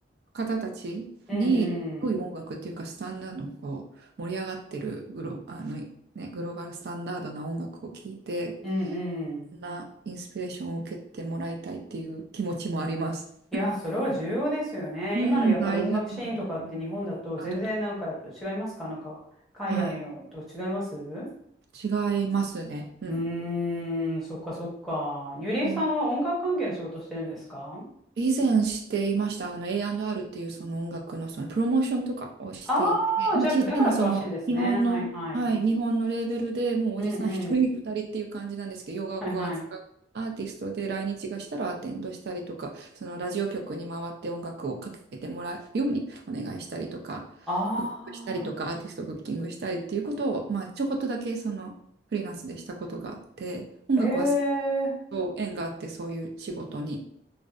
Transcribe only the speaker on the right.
方たちに、
良い音楽っていうか、
スタンダードのこう、盛り上がってるグロ、あの、ね、グローバルスタンダードな音楽を聴いて、
そんなインスピレーションを受けてもらいたいっていう気持ちもあります。
うん、
大事だと思います。アートとか。はい。違いますね。うん。
そう以前していました。あの A&R っていうその音楽のそのプロモーションとかをしていて、
まあ、
ちっちゃなその日本の、
はい、日本のレーベルでもうおじさん一人二人っていう感じなんですけど、
洋楽を扱うアーティストで来日がしたらアテンドしたりとか、
そのラジオ局に回って音楽をかけてもらうようにお願いしたりとか、
ブックしたりとか、アーティストブッキングしたりっていうことを、まあ、ちょこっとだけそのフリーランスでしたことがあって、音楽はそ
う縁があってそういう仕事に。